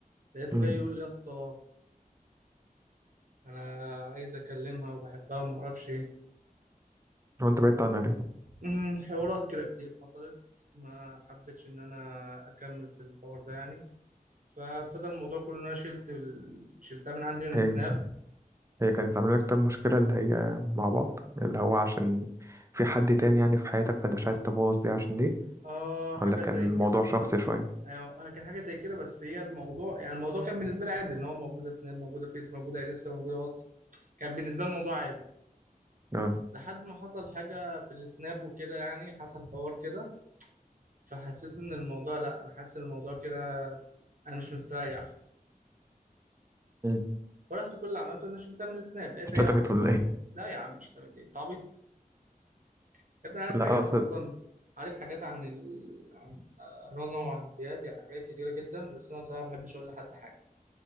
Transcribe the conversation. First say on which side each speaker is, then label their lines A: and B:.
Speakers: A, on the right; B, on the right.
A: لقيته
B: امم
A: جاي يقول لي يا اسطى انا عايز اكلمها وبحبها وما اعرفش ايه
B: هو انت بعدت عنها
A: أمم، حوارات كده كتير حصلت ما حبيتش ان انا اكمل في الحوار ده يعني فابتدى الموضوع كله ان انا شلت ال... شلتها من عندي من السناب
B: ليه؟ هي كانت عاملة لك طب مشكلة اللي هي مع بعض اللي هو عشان في حد تاني يعني في حياتك فانت مش عايز تبوظ دي عشان دي
A: اه حاجة
B: ولا كان
A: زي
B: الموضوع
A: كده بس
B: شخصي شوية
A: آه، كان حاجة زي كده بس هي الموضوع يعني الموضوع كان بالنسبة لي عادي ان هو موجودة سناب موجودة فيس موجودة انستا موجودة واتس كان بالنسبة لي الموضوع عادي
B: اه
A: لحد ما حصل حاجة في السناب وكده يعني حصل حوار كده فحسيت ان الموضوع لا انا حاسس ان الموضوع كده انا مش مستريح
B: مم.
A: فرحت كل اللي عملته ان انا شلتها من السناب لقيت هي
B: شتمت
A: راحت
B: ولا ايه
A: لا يا عم مش تعمل ايه تعبيط يا ابني أنا عارف
B: <laughs> لا
A: حاجات
B: اقصد
A: اصلا عارف حاجات عن ال... عن رنا وعن زياد يعني حاجات كتيرة جدا بس انا بصراحة ما بحبش اقول لحد حاجة